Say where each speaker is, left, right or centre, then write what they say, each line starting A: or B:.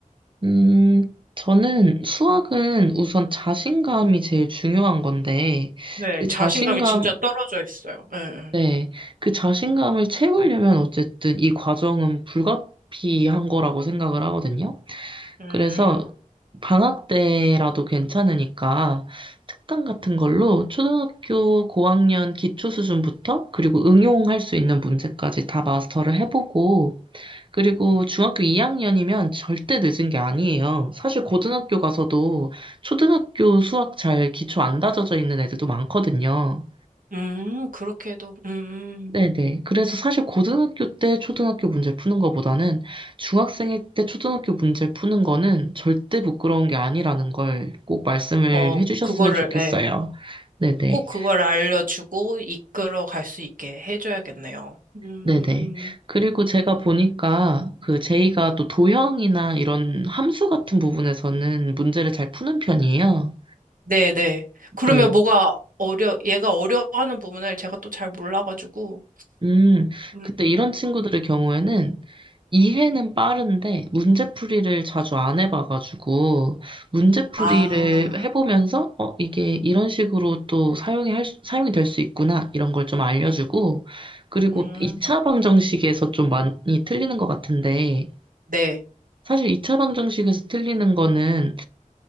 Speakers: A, on the right; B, on the right.
A: 음, 저는 수학은 우선 자신감이 제일 중요한 건데,
B: 네,
A: 그 자신감,
B: 자신감이 진짜 떨어져 있어요. 예, 예.
A: 네. 그 자신감을 채우려면 어쨌든 이 과정은 불가피한 거라고 생각을 하거든요.
B: 음,
A: 그래서 방학 때라도 괜찮으니까 특강 같은 걸로 초등학교 고학년 기초 수준부터 그리고 응용할 수 있는 문제까지 다 마스터를 해보고, 그리고 중학교 2학년이면 절대 늦은 게 아니에요. 사실 고등학교 가서도 초등학교 수학 잘 기초 안 다져져 있는 애들도 많거든요.
B: 음, 그렇게 해도, 음,
A: 네네. 그래서 사실 고등학교 때 초등학교 문제 푸는 거보다는 중학생일 때 초등학교 문제 푸는 거는 절대 부끄러운 게 아니라는 걸 꼭 말씀을
B: 어,
A: 해주셨으면
B: 그거를,
A: 좋겠어요.
B: 예,
A: 네네.
B: 꼭 그걸 알려주고 이끌어 갈 수 있게 해줘야겠네요. 음.
A: 네네. 그리고 제가 보니까 그 제이가 또 도형이나 이런 함수 같은 부분에서는 문제를 잘 푸는 편이에요.
B: 네네. 그러면
A: 네.
B: 뭐가 어려, 얘가 어려워하는 부분을 제가 또 잘 몰라가지고.
A: 음,
B: 음,
A: 근데 이런 친구들의 경우에는 이해는 빠른데 문제풀이를 자주 안 해봐가지고 문제풀이를
B: 아,
A: 해보면서 어, 이게 이런 식으로 또 사용이 할, 수- 사용이 될 수 있구나 이런 걸 좀 알려주고 그리고
B: 음,
A: 2차 방정식에서 좀 많이 틀리는 것 같은데
B: 네.
A: 사실 2차 방정식에서 틀리는 거는